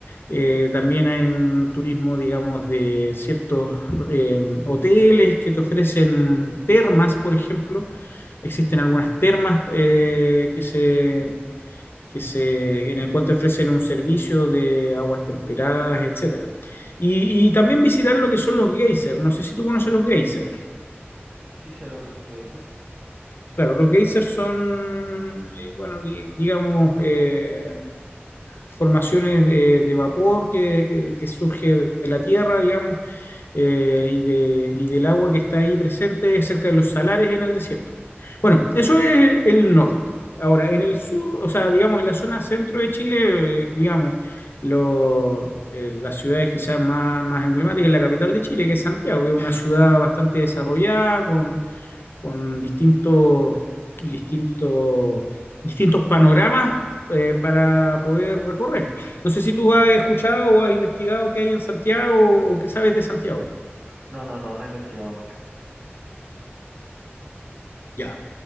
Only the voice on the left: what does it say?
Eh, también hay un turismo, digamos, de ciertos eh, hoteles que te ofrecen termas, por ejemplo. Existen algunas termas eh, que se, que se, en el cual te ofrecen un servicio de aguas temperadas, etcétera. Y, y también visitar lo que son los geysers. No sé si tú conoces los geysers.
Claro, los geysers son, eh, bueno, di- digamos, eh, formaciones de, de vapor que, que- que surge de la tierra, digamos, eh, y, de- y del agua que está ahí presente cerca de los salares en el desierto. Bueno,
eso
es el, el norte. Ahora, en el sur, o sea, digamos, en la zona centro de Chile, eh, digamos, lo, eh, las ciudades quizás más, más emblemáticas es la capital de Chile, que es Santiago, que es una ciudad bastante desarrollada, con, con distintos, distintos, distintos panoramas eh, para poder recorrer. No sé si tú has escuchado o has investigado qué hay en Santiago o qué sabes de Santiago.
Ya.